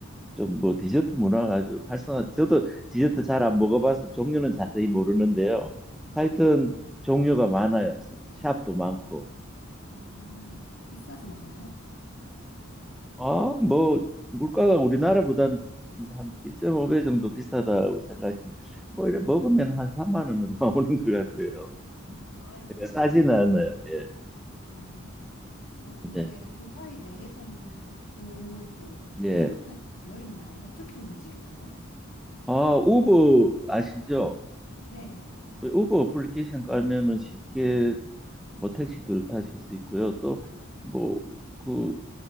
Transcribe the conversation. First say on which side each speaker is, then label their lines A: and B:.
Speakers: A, in the centre; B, on the left.
A: 좀 뭐 디저트 문화가 아주 활성화. 저도 디저트 잘 안 먹어봐서 종류는 자세히 모르는데요. 하여튼
B: 네.
A: 종류가 많아요. 샵도 많고.
B: 아, 비싸진 않아요?
A: 아, 뭐 물가가 우리나라보다는 좀한 1.5배 정도 비싸다고 생각하시면 뭐 이래 먹으면 한3만 원은 <laughs> 나오는 것 같아요.
B: 아, 아이고.
A: 네, 싸지는 않아요. 예.
B: 아, 뭐 근데
A: 네.
B: 두바이 내에서는 보통 뭐
A: 예.
B: 대중교통이 되어 있나요? 어떻게 움직이나요?
A: 아, 우버 아시죠?
B: 네.
A: 그 우버 어플리케이션 깔면은 쉽게 뭐 택시들 타실 수 있고요. 또뭐그